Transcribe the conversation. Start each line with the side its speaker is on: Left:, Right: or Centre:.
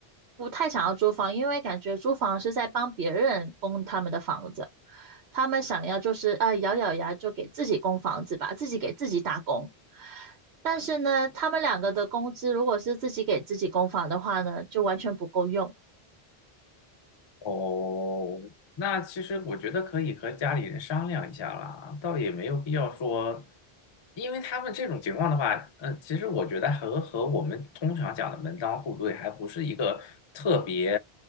Right: 不太想要租房，因为感觉租房是在帮别人供他们的房子，他们想要就是啊、咬咬牙就给自己供房子吧，自己给自己打工。但是呢，他们两个的工资如果是自己给自己供房的话呢，就完全不够用。
Left: 哦，那其实我觉得可以和家里人商量一下啦，倒也没有必要说，因为他们这种情况的话，呃，其实我觉得和和我们通常讲的门当户对还不是一个特别，